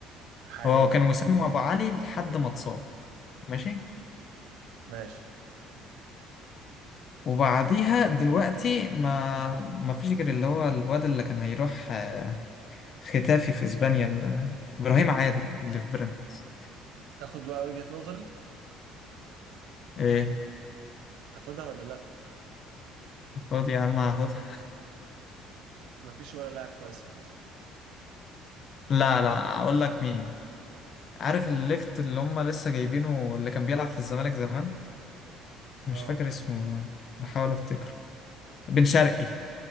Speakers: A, on the right; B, on the left.
A: حاليا
B: هو كان
A: اه
B: وسام وأبو علي لحد ما اتصاب ماشي
A: ماشي
B: وبعديها دلوقتي ما ما فيش غير اللي هو الواد اللي كان هيروح آه، ختافي في اسبانيا ال- ابراهيم عادل اللي في بيراميدز
A: تاخد بقى وجهة نظري
B: ايه
A: تاخدها ولا لا
B: خد يا عم هاخدها
A: مفيش ولا لاعب كويس في مصر
B: لا لا اقول لك مين عارف الليفت اللي هم لسه جايبينه اللي كان بيلعب في الزمالك زمان مش
A: اه
B: فاكر اسمه والله، بحاول افتكره بن شرقي